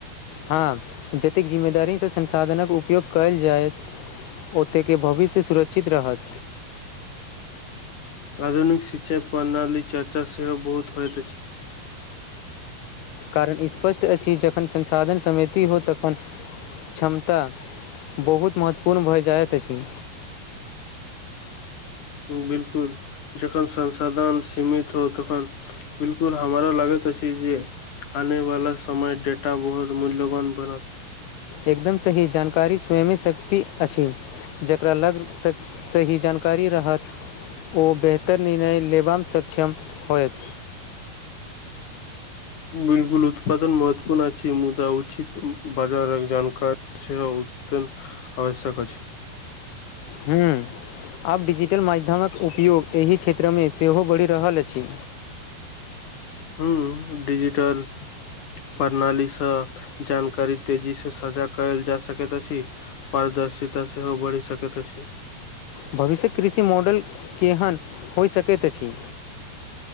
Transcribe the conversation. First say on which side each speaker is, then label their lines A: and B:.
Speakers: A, on the left (about 80°); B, on the left (about 50°).
A: हँ जतेक जिम्मेदारीस संसाधनक उपयोग कयल जायत ओतेके भविष्य सुरक्षित रहत
B: आधुनिक शिचै प्रणाली चर्चा सेहो बहुत होइत अछि
A: कारण स्पष्ट अछि जखन संसाधन समिति हो तखन क्षमता बहुत महत्वपूर्ण भऽ जाइत अछि
B: बिलकुल जखन संसाधन सीमित हो तखन बिल्कुल हमरा लगैत अछि जे आने वाला समय डेटा बहुत मूल्यवान बनत
A: एकदम सही जानकारी स्वयं शक्ति अछि जकरा लग स सही जानकारी रहत ओ बेहतर निर्णय लेबम सक्षम होयत
B: बिलगुल उत्पदन महत्वपूर्ण अछि मुदा उचित बाजार जानकार सेहो उत्यंन आवश्यक अछि
A: हूँ आब बिजिटल माध्यमक उपयोग एहि क्षेत्रमे सेहो बढ़ि रहल अछि
B: हूँ डिजिटल प्रणालीस जानकारी तेजीस साझा कयल जा सकैत अछि पारदर्शिता सेहो बढ़ि सकैत अछि
A: भविष्य कृषि मॉडल केहन होइ सकैत अछि